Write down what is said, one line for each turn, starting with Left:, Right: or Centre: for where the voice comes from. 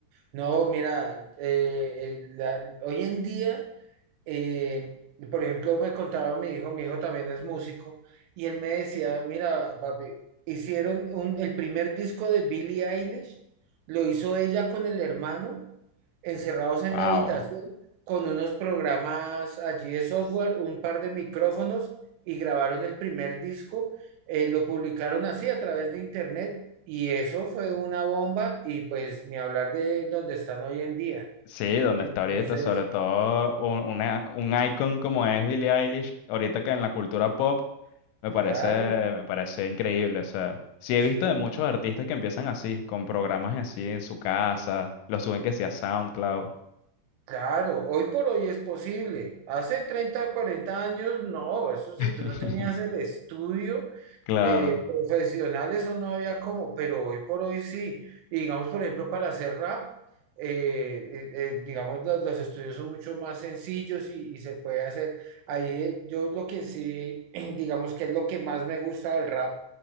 Right: no, mira, eh, eh, la- hoy en día Eh, y por ejemplo, me contaba mi hijo, mi hijo también es músico, y él me decía, mira, papi, hicieron un- el primer disco de Billie Eilish, lo hizo ella con el hermano, encerrados en
Left: Wow.
Right: la habitación, con unos programas allí de software, un par de micrófonos, y grabaron el primer disco, eh, lo publicaron así a través de internet, y eso fue una bomba, y pues ni hablar de donde están hoy en día.
Left: Sí, donde
Right: Entonces,
Left: está ahorita, sobre todo un, una, un icon como es Billie Eilish, ahorita que en la cultura pop me
Right: claro,
Left: parece, me parece increíble. O sea, sí
Right: sí.
Left: he visto de muchos artistas que empiezan así, con programas así en su casa, los suben que sea SoundCloud.
Right: Claro, hoy por hoy es posible. Hace 30 o 40 años, no, eso si
Left: <laughs>
Right: tú no tenías el estudio
Left: Claro,
Right: eh, profesional, eso no había como, pero hoy por hoy sí. Y digamos, por ejemplo, para hacer rap, eh, eh, eh, digamos, los, los estudios son mucho más sencillos y, y se puede hacer. Ahí eh, yo lo que sí, <clears throat> digamos que es lo que más me gusta del rap,